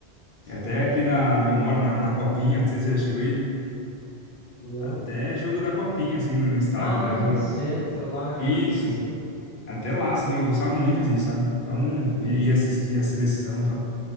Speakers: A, on the left; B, on the left.
A: sim.
B: E até aqui na, onde eu moro, na, na Copinha, não sei se você já chegou aí,
A: Não.
B: até jogo da Copinha, assim, no, no estádio
A: Ah,
B: mesmo.
A: no centro lá já
B: Isso,
A: fui, sim.
B: até lá, assim, eu gostava muito disso, sabe? Então, i- ia assistir a seleção e tal.